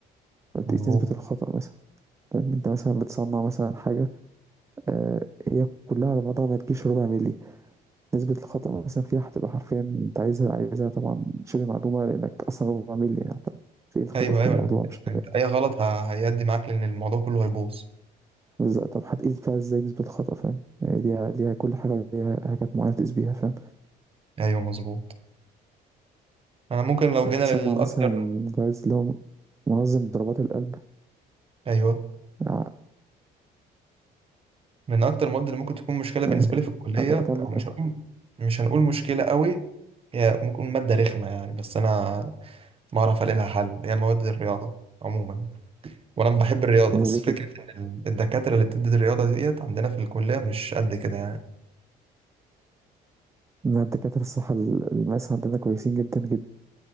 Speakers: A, on the right; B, on the right.
A: يعني بتقيس
B: مظبوط
A: نسبة الخطأ مثلا فاهم أنت مثلا بتصنع مثلا حاجة آه هي كلها على بعضها ما تجيش ربع ملي نسبة الخطأ مثلا فيها هتبقى حرفيا أنت عايزها عايزها طبعا شبه معدومة لأنك أصلا ربع ملي يعني في إيه الخطأ
B: ايوه
A: في
B: ايوه
A: الموضوع
B: لما-
A: مش
B: انت اي غلط ه- هيأدي معاك لان الموضوع كله هيبوظ
A: بالض طب هتقيس بقى إزاي نسبة الخطأ فاهم، هي ليها ليها كل حاجة ليها حاجات معينة تقيس بيها فاهم،
B: ايوه مظبوط انا ممكن لو جينا
A: تصنّع
B: للاكتر
A: مثلًا جهاز اللي هو منظم ضربات القلب
B: ايوه
A: ع
B: من اكتر المواد اللي ممكن تكون مشكله بالنسبه
A: آه،
B: لي في الكليه
A: أت أكمّل
B: او
A: كلام
B: مش هقول مش هنقول مشكله قوي هي ممكن ماده رخمه يعني بس انا ما اعرف الاقي لها حل هي مواد الرياضه عموما وانا بحب الرياضه
A: زي
B: بس
A: ليه
B: فكره
A: كده،
B: ان ال- الدكاتره اللي بتدي الرياضه ديت عندنا في الكليه مش قد كده
A: إن الدكاترة الصراحة ال الماس عندنا كويسين جدًا، جدًا